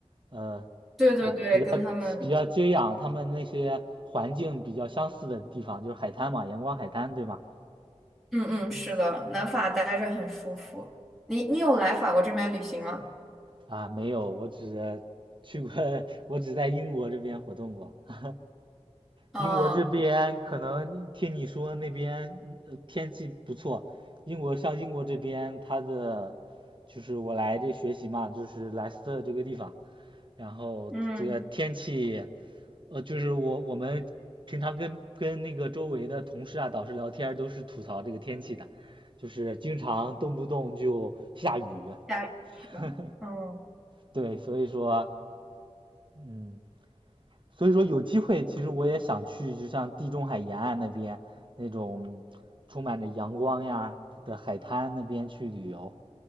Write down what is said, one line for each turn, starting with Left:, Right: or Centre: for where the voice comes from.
Right: 呃
Centre: 对对对，
Right: 呃比较
Centre: 跟他们，
Right: 比较接壤他们那些环境比较相似的地方，就是海滩嘛，阳光海滩，对吗？
Centre: 嗯嗯，是的，南法待着很舒服。你你有来法国这边旅行吗？
Right: 啊，没有，我只 <laughs> 去过，<laughs> 我只在英国这边活动过。<laughs>
Centre: 嗯
Right: 英国这边可能听你说那边呃天气不错，英国像英国这边它的就是我来这学习嘛，就是莱斯特这个地方，然后这个天气
Centre: 嗯，
Right: 呃，就是我我们平常跟跟那个周围的同事啊、导师聊天儿都是吐槽这个天气的，就是经常动不动就下雨。
Centre: 大是吧？
Right: <laughs>
Centre: 嗯。
Right: 对，所以说，嗯，所以说有机会，其实我也想去，就像地中海沿岸那边那种充满着阳光呀的海滩那边去旅游，